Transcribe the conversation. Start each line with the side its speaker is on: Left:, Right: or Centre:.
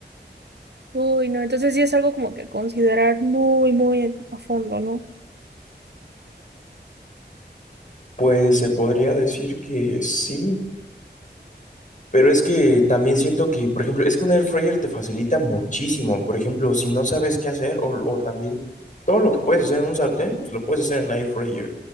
Right: Uy, no, entonces sí es algo como que considerar muy, muy a fondo, ¿no?
Left: Pues se podría decir que sí, pero es que también siento que, por ejemplo, es que un air fryer te facilita muchísimo. Por ejemplo, si no sabes qué hacer o, o también todo lo que puedes hacer en un sartén, pues, lo puedes hacer en air fryer.